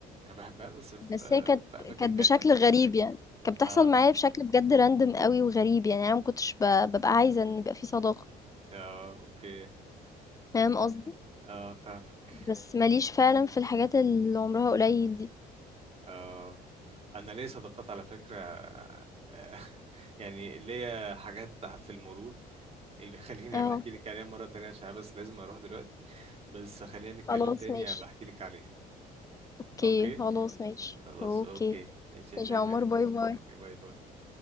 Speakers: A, on the right; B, on the left.
A: انا بحبها بس في
B: بس
A: آه،
B: هي كانت
A: في اماكن
B: كانت
A: تانية
B: بشكل
A: يعني
B: غريب يعني كانت بتحصل
A: اه
B: معايا بشكل بجد راندم قوي وغريب يعني انا ما كنتش ب- ببقى عايزة ان يبقى في صداقة
A: اه اوكي
B: فاهم قصدي
A: اه فاهمك
B: بس ما ليش فعلًا في الحاجات اللي عمرها قليل دي.
A: اه انا ليا صداقات على فكرة آه، <laughs> يعني ليا حاجات في المرور بيخليني
B: آه،
A: بحكي لك عليها مرة تانية عشان أنا بس لازم اروح دلوقتي بس خلينا نتكلم
B: خلاص
A: تاني
B: ماشي،
A: بحكي لك عليها
B: أوكي،
A: اوكي
B: خلاص ماشي،
A: خلاص
B: أوكي،
A: اوكي ماشي يا
B: ماشي
A: شيماء
B: يا عمر، باي، باي.
A: اوكي باي باي